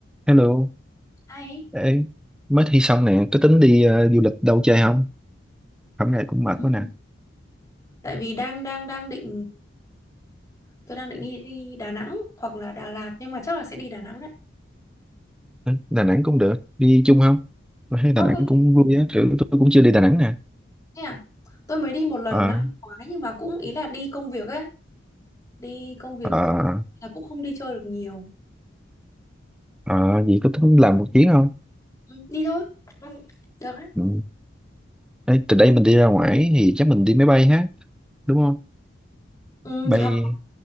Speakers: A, in the centre; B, on the left (about 15°).
A: Hello,
B: hay
A: ê, mới thi xong nè, có tính đi ờ, du lịch đâu chơi không? Hôm nay cũng mệt
B: Ừ.
A: quá nè.
B: Tại vì đang đang đang định tôi đang định đi đi Đà Nẵng hoặc là Đà Lạt nhưng mà chắc là sẽ đi Đà Nẵng đấy.
A: Ê, Đà Nẵng cũng được, đi chung không? Tôi thấy Đà
B: ok
A: Nẵng cũng vui á, kiểu tôi cũng chưa đi Đà Nẵng nè.
B: Thế à? Tôi mới đi một lần
A: Ờ,
B: năm ngoái nhưng mà cũng ý là đi công việc ấy, đi công việc
A: ờ,
B: là cũng không đi chơi được nhiều.
A: ờ, vậy có tính làm một chuyến không?
B: Ừ, đi thôi, được đấy.
A: Ừ. Ê, từ đây mình đi ra ngoài thì chắc mình đi máy bay ha, đúng không?
B: Ừ,
A: Bay,
B: hoặc